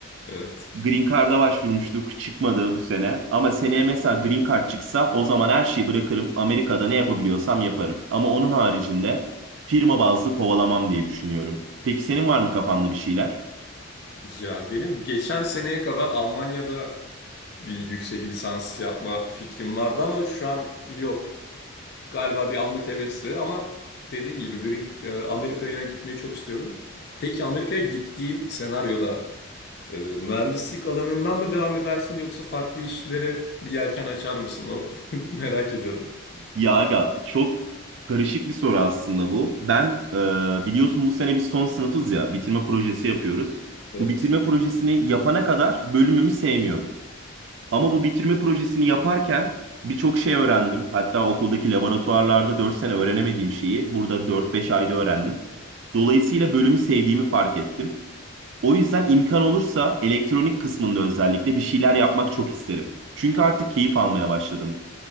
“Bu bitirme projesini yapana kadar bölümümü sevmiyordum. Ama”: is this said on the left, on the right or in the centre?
Right